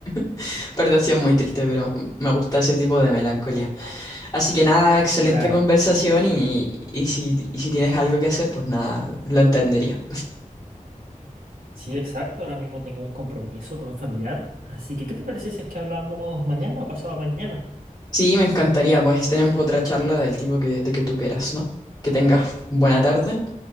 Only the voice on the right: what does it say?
Claro,
sí, exacto. Ahora mismo tengo un compromiso con un familiar. Así que, ¿qué te parece si es que hablamos mañana o pasado mañana?